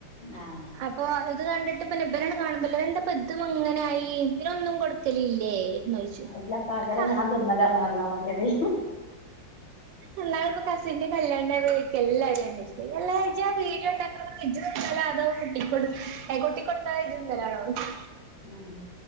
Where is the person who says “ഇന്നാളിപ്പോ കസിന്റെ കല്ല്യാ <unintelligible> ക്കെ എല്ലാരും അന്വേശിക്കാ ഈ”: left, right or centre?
Right